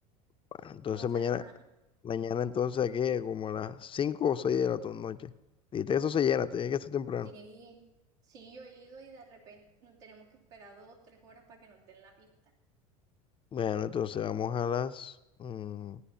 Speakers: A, on the left; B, on the right.
A: Bueno, entonces
B: Entonces,
A: mañana,
B: ajá,
A: mañana entonces aquí como a las 5 o 6 de la to- noche. Dijiste que eso se llena, tiene que ser temprano.
B: sí, sí, yo he ido y de repente no- tenemos que esperar dos, tres horas para que nos den la pista.
A: Bueno, entonces vamos a las, mm,